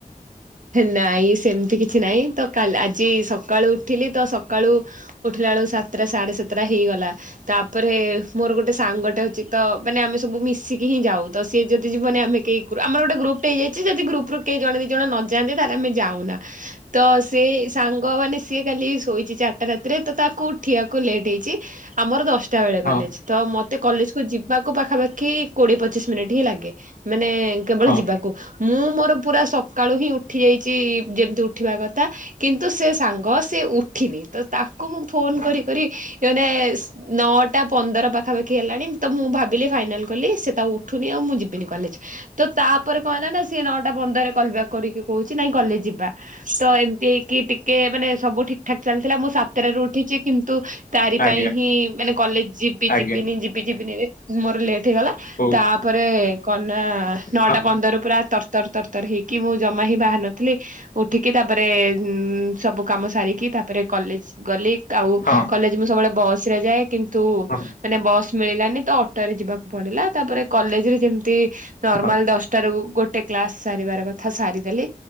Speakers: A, on the right (about 60°); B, on the left (about 70°).
A: ନାଇଁ ସେମିତି କିଛି ନାଇଁ ତ କାଲି ଆଜି ସକାଳୁ ଉଠିଲି ତ ସକାଳୁ ଉଠିଲା ବେଳକୁ ସାତଟା ସାଢେ ସାତଟା ହେଇଗଲା ତାପରେ ମୋର ଗୋଟେ ସାଙ୍ଗଟେ ଅଛି ତ ମାନେ ଆମେ ସବୁ ମିଶିକି ହିଁ ଯାଉ ତ ସେ ଯଦି ଯିବନି ଆମେ କେହି ଆମର ଗୋଟେ ଗପଟ ହେଇ ଯାଇ ଯଦ ଗୁପରୁୁ କେହି ଜଣ ଜଣ ନଯାଆନ୍ତି ତାହେଲେ ଆମେ ଯାଉନା ତ ସେ ସାଙ୍ଗ ମାନେ ସିଏ କାଲି ଶୋଇଛି ଚାର୍‌ଟା ରାତିରେ ତ ତାକୁ ଉଠିବାକୁ ଲେଟ ହେଇଛି ଆମର ଦଶ ଶଟା ବେଳେ
B: ହଁ
A: କଲେଜ ତ ମୋତେ ମତେ କଲେଜ କୁ ଯିବାକୁ ପାଖାପାଖି କୋଡିଏ ପଚିଶ ମିନିଟ୍ ହିଁ ଲାଗେ ମାନେ କେବଳ
B: ହଁ
A: ଯିବାକୁ ମୁଁ ମୋର ପୁରା ସକ୍ ସକାଳୁ ହିଁ ଉଠି ଯାଇଛି ଯେମିତି ଉଠିବା କଥା କିନ୍ତୁ ସେ ସାଙ୍ଗ ସେ ଉଠିନି ତ ତାକୁ ତାକୁ ମୁଁ ଫୋନ କରି କରି ମାନେ ନଅଟା ପନ୍ଦର ପାଖାପାଖି ହେଲାଣି ତ ମୁଁ ଭାବିଲି ଫାଇନାଲ୍ କଲି ସେ ତ ଆଉ ଉଠୁିନି ଆଉ ମୁଁ ଯିବନି କଲେଜ ତ ତାପରେ କଣ ହେଲାନା ସେ ନଅ ଟା ପନ୍ଦରରେ କଲ୍ ବ୍ୟାକ୍ କରିକି କହୁଛି ନାଇଁ କଲେ ଯିବା ତ ଏମିତି ହେଇକି ଟିକେ ମାନେ ସବୁ ଠିକ୍ ଠାକ ଚାଲିଥିଲା ମୁଁ ସାତରାରୁ ଉଠିଛି କିନ୍ତୁ ତାରି
B: ଆଜ୍ଞା
A: ପାଇଁ ହିଁ ମାନେ କଲେଜ ଯିବି
B: ଆଜ୍ଞା
A: ଯିବିନି ଯିବି ଯିବିନି ମୋର ଲେଟ୍ ହେଇଗଲା।
B: ହଉ
A: ତାପରେ କଣନା ନଅଟା
B: ହଁ
A: ପନ୍ଦରରୁ ପୁରା ତରତର ତରତର ହେଇକି କି ମୁଁ ଜମା ହିଁ ବାହାର ନଥିଲି ଉଠିକି ତାପରେ ଉୁଁ ସବୁ କାମ ସାରିକି ତାପରେ କଲେଜ ଗଲି ଆଉ
B: ହଁ
A: କଲେଜ ମୁଁ ସବୁବେଳେ ବସ ରେ ଯାଏ କିନ୍ତୁ
B: ହଁ
A: ମାନେ ବସ ମିଳିଲାନି ତ ଅଟୋରେ ଯିବାକୁ ପଡିଲା ତାପରେ କଲେଜ ରେ ଯେମତି ନର୍ମାଲ
B: ହଁ
A: ଦଶଟା ରୁ ଗୋଟେ କ୍ଲାସ ସାରିବାର କଥା ସାରିଦେଲି